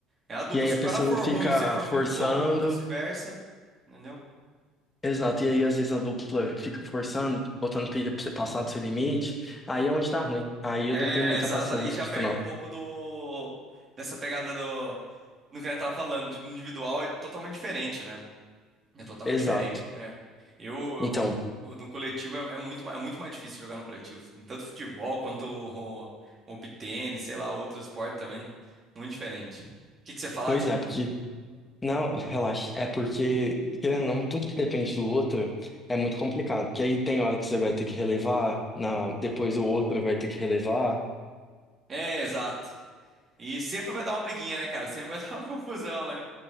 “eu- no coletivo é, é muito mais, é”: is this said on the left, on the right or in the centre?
Right